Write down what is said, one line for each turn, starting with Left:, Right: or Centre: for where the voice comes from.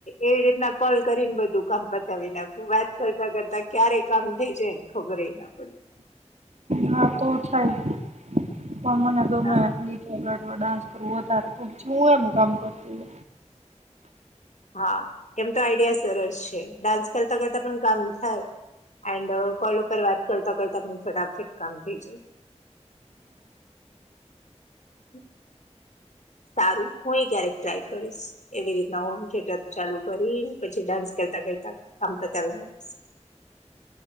Left: એવી રીતના કોલ કરીને બધું કામ પતાવી નાખું વાત કરતા કરતા ક્યારે કામ થઈ જાયને ખબર ના પડે
Right: હા તો થાય હ મને તોમે
Left: હા
Right: ન ડાન્સ કરવું હો તારે તુંછું એમ કામ કરતી
Left: હા કેમ તો આઈડિયા સરસ છે ડાન્સ કરતા કરતા પણ કામ થાય એન્ડ કોલ ઉપર વાત કરતા કરતા પણ ફટાફટ કામ થઈ જાય હમ સારું હું એ ક્યારેક ટ્રાય કરીશ એવી રીતના હોમ થિયેટર ચાલુ કરી પછી ડાન્સ કરતા કરતા કામ બતાવી નાખીશ